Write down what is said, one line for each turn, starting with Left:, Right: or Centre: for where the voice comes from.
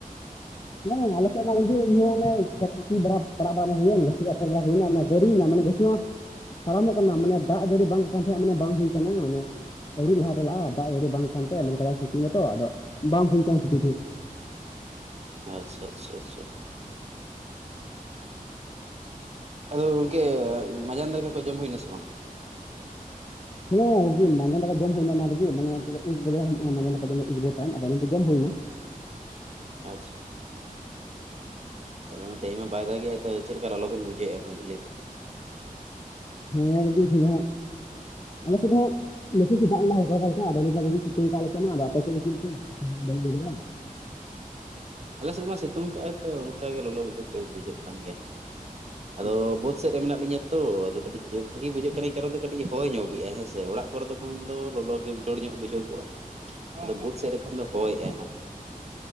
Left: ᱦᱮᱸ ᱟᱞᱮ ᱥᱮᱫ ᱢᱟ, ᱩᱱ ᱡᱷᱚᱜ ᱤᱭᱟᱹ ᱭᱮᱱᱟᱭ <unintelligible> ᱵᱟᱲᱟᱯ ᱵᱟᱭ ᱦᱩᱭ ᱮᱱ ᱱᱟᱥᱮ ᱜᱮ ᱟᱯᱷᱚᱨ ᱵᱟᱲᱟ ᱦᱩᱭ ᱮᱱᱟ, ᱚᱱᱟ ᱢᱟᱱᱮ ᱜᱟᱹᱰᱤ ᱭᱮᱱᱟ ᱢᱟᱱᱮ ᱜᱟᱹᱪᱷ- ᱡᱟᱭᱦᱩᱠ ᱟᱨᱚᱢᱵᱷᱼᱚᱜ ᱠᱟᱱᱟ ᱢᱟᱱᱮ ᱫᱟᱜ ᱡᱟᱹᱲᱤ ᱵᱟᱝ ᱠᱟᱱ ᱛᱟᱦᱮᱸᱱ ᱛᱟᱦᱮᱸᱜ ᱢᱟᱱᱮ ᱵᱟᱝ ᱦᱩᱭ ᱠᱟᱱᱟ ᱢᱟᱱᱮ ᱟᱹᱣᱨᱤ ᱨᱟᱦᱟ ᱪᱟᱞᱟᱜ-ᱟ ᱫᱟᱜ ᱡᱟᱹᱲᱤ ᱵᱟᱝ ᱠᱷᱟᱱ ᱛᱮ ᱟᱫᱚ ᱱᱚᱜᱼᱚᱼᱱᱳᱠᱟ ᱥᱤᱛᱩᱝ ᱟᱠᱟᱫᱟ ᱛᱚ, ᱟᱫᱚ ᱵᱟᱝ ᱦᱩᱭ ᱠᱟᱱᱟ ᱠᱷᱟᱹᱛᱤᱨ ᱛᱮ
Right: ᱟᱪᱪᱷᱟ ᱟᱪᱪᱷᱟ ᱟᱪᱪᱷᱟ᱾ ᱟᱫᱚ ᱜᱚᱝᱠᱮ ᱮᱸ ᱢᱟᱸᱡᱟᱱ ᱫᱟᱠᱟ ᱠᱚ ᱡᱚᱢ ᱦᱩᱭ ᱮᱱᱟ ᱥᱮ ᱵᱟᱝ?
Left: ᱦᱮᱸ ᱜᱚᱝᱠᱮ ᱢᱟᱸᱡᱟᱱ ᱫᱟᱠᱟ ᱡᱚᱢ ᱦᱩᱭ ᱮᱱᱟ ᱮᱱᱟᱝ ᱨᱮᱜᱮ ᱢᱟᱱᱮ ᱱᱤᱛᱚᱜ ᱫᱚ ᱮᱠ ᱵᱟᱡᱟ ᱦᱩᱭᱩᱜ ᱠᱟᱱᱟ ᱱᱷᱟᱸᱜ ᱢᱟᱸᱡᱟᱱ ᱫᱟᱠᱟ ᱡᱚᱢ ᱮᱠ ᱰᱮᱲ᱾ ᱴᱟᱹᱭᱤᱢ ᱟᱫᱚ ᱟᱹᱞᱤᱧ ᱫᱚ ᱡᱚᱢ ᱦᱩᱭ ᱮᱱᱟ᱾
Right: ᱟᱪᱪᱷᱟ᱾ ᱛᱟᱦᱚᱞᱮ ᱚᱱᱮ ᱛᱮᱦᱮᱧ ᱢᱟ ᱵᱟᱭ ᱫᱟᱜᱽ ᱮᱫᱼᱟ ᱛᱚ ᱪᱮᱫ ᱞᱮᱠᱟ ᱞᱚᱞᱚ ᱵᱤᱱ ᱵᱩᱡᱷᱟᱹᱣᱮᱜ-ᱟ ᱵᱤᱱ ᱞᱟᱹᱭ ᱵᱤᱱ?
Left: ᱦᱮᱸ ᱵᱩᱡᱷᱟᱹᱜ ᱥᱮᱱ ᱫᱚ ᱦᱟᱸᱜ ᱟᱞᱮ ᱥᱮᱫ ᱦᱚᱸ ᱦᱟᱸᱜ ᱵᱮᱥᱤ ᱵᱮᱥᱤ ᱫᱟᱜ ᱞᱟᱦᱟ ᱮᱫᱟ ᱯᱟᱞᱮ ᱠᱷᱟᱱ ᱟᱫᱚ ᱱᱤᱛ ᱢᱟ ᱫᱚᱢᱮ ᱥᱤᱛᱩᱝ ᱟᱠᱟᱜ ᱟᱭ ᱟᱞᱮ ᱥᱮᱜ ᱢᱟ, ᱟᱫᱚ ᱟᱯᱮ ᱥᱮᱫ ᱜᱮ ᱪᱤ ᱦᱟᱸᱜ ᱦᱩᱢ ᱫᱟᱹᱞ ᱫᱟᱲᱮᱜ-ᱟᱢ?
Right: ᱟᱞᱮ ᱥᱮᱫ ᱢᱟ ᱥᱤᱛᱩᱝ ᱠᱟᱜ-ᱟᱭ ᱛᱚ ᱚᱱᱠᱟ ᱜᱮ ᱞᱚᱞᱚ ᱵᱩᱡᱷᱟᱹᱫ ᱛᱟᱸᱠ ᱵᱩᱡᱷᱟᱹᱜ ᱠᱟᱱ ᱜᱮᱭᱟ ᱦᱟᱸᱜ᱾
Left: <inaudible>
Right: ᱟᱫᱚ ᱵᱟᱹᱫᱽ ᱥᱮᱫ ᱨᱮ ᱢᱮᱱᱟᱜ ᱞᱤᱧᱟᱹ ᱛᱚ ᱟᱫᱚ ᱠᱟᱹᱴᱤᱡ ᱮ ᱵᱷᱟᱹᱜᱤ ᱵᱩᱡᱷᱟᱹᱜ ᱠᱟᱱᱟᱭ ᱮᱭ ᱠᱟᱨᱚᱱ ᱛᱮ ᱠᱟᱹᱴᱤᱡ ᱦᱚᱭ ᱧᱚᱜ ᱮᱜ-ᱟᱭ ᱦᱮᱸᱥᱮ ᱚᱲᱟᱜ ᱠᱚᱨᱮ ᱫᱚ ᱠᱷᱟᱱ ᱫᱚ ᱞᱚᱞᱚ ᱜᱮ ᱦᱩᱱᱴᱟᱹᱲ ᱧᱚᱜ ᱵᱩᱡᱷᱟᱹᱣ ᱠᱚᱜ-ᱟ, ᱟᱫᱚ ᱵᱟᱹᱫᱽ ᱥᱮᱫ ᱨᱮ ᱠᱷᱟᱱ ᱫᱚ ᱦᱚᱭᱼᱮᱜ-ᱟᱭ ᱦᱟᱸᱜ᱾